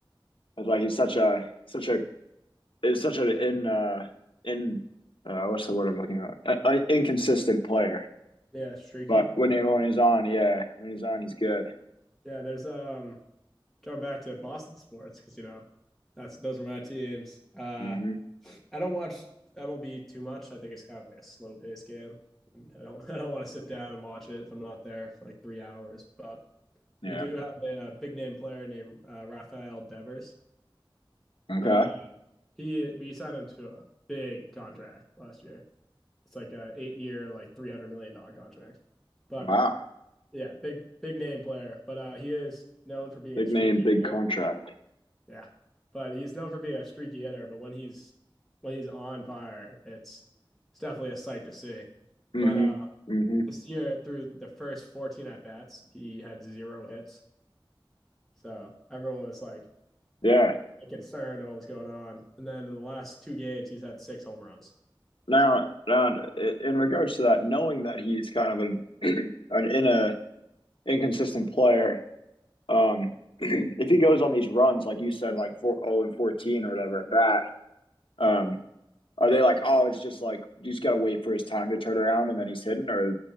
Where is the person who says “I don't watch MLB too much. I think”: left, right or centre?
Centre